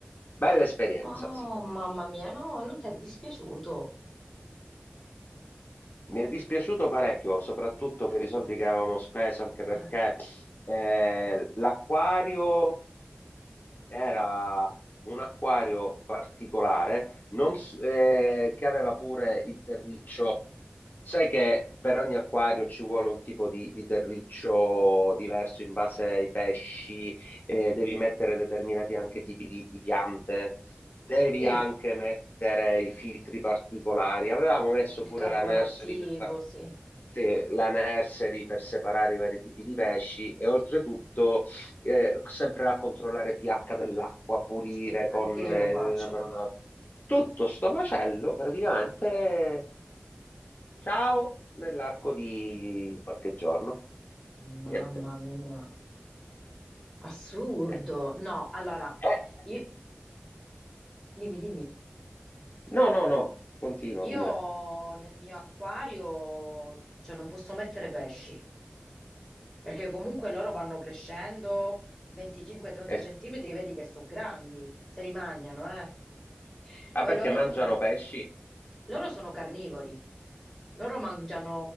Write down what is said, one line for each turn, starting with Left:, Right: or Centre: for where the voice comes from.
Left: Bella esperienza,
Centre: Oh,
Left: sì.
Centre: mamma mia, no, non ti è dispiaciuto.
Left: Mi è dispiaciuto parecchio, soprattutto per i soldi che avevamo speso, anche perché
Centre: Eh,
Left: eh, l'acquario era un acquario particolare, non s- eh, che aveva pure il terriccio. Sai che per ogni acquario ci vuole un tipo di, di terriccio diverso in base ai pesci, eh, devi mettere determinati anche tipi di, di piante, devi
Centre: sì,
Left: anche mettere i filtri particolari. Avevamo messo
Centre: il
Left: pure
Centre: carbone
Left: la nursery
Centre: attivo,
Left: per far-
Centre: sì.
Left: sì, la nursery per separare i vari tipi di pesci e oltretutto eh, sempre a controllare pH dell'acqua, pulire
Centre: Sì, anche
Left: con
Centre: io
Left: eh,
Centre: lo faccio.
Left: però da- tutto sto macello praticamente ciao nell'arco di qualche giorno.
Centre: Mamma
Left: Niente.
Centre: mia, assurdo.
Left: Eh,
Centre: No, allora,
Left: eh,
Centre: i- dimmi, dimmi.
Left: No, no, no, continua
Centre: Io
Left: pure.
Centre: nel mio acquario, cioè, non posso mettere pesci. Perché comunque loro vanno crescendo 25-30
Left: Eh,
Centre: centimetri, vedi che sono grandi, se li mangiano, eh.
Left: ah,
Centre: Poi
Left: perché
Centre: loro
Left: mangiano
Centre: sono,
Left: pesci?
Centre: loro sono carnivori. Loro mangiano,